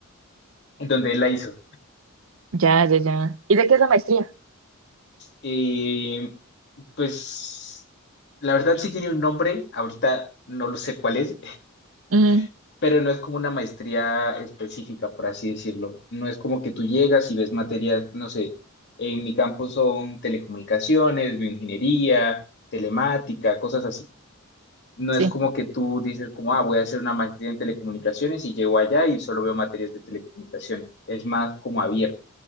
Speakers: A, on the left (about 55°); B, on the right (about 70°).
A: en donde él la hizo.
B: ya, ya, ya. ¿Y de qué es la maestría?
A: Eh, pues la verdad sí tiene un nombre, ahorita no lo sé cuál es,
B: Ujú,
A: <laughs> pero no es como una maestría específica, por así decirlo. No es como que tú llegas y ves materias, no sé, en mi campo son telecomunicaciones, bioingeniería, telemática, cosas así. no
B: sí.
A: es como que tú dices como, ah, voy a hacer una maestría en telecomunicaciones y llego allá y solo veo materias de telecomunicaciones. Es más como abierto.